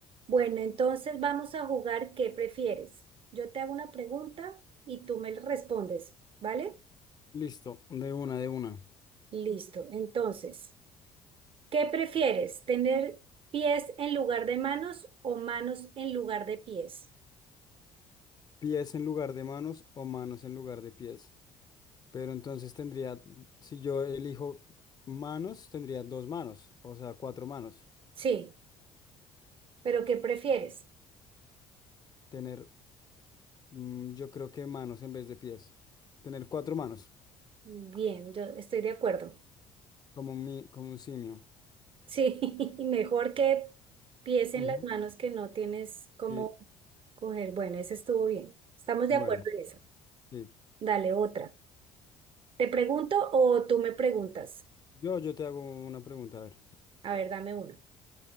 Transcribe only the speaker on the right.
Bueno, entonces vamos a jugar ¿qué prefieres? Yo te hago una pregunta y tú me respondes, ¿vale?
Listo. Entonces, ¿qué prefieres? ¿Tener pies en lugar de manos o manos en lugar de pies?
Sí, pero ¿qué prefieres?
Bien, yo estoy de acuerdo.
Sí, <laughs> mejor que pies en
las manos que no tienes cómo
coger. Bueno, ese estuvo bien. Estamos de
acuerdo en eso.
Dale otra. ¿Te pregunto o tú me preguntas?
A ver, dame una.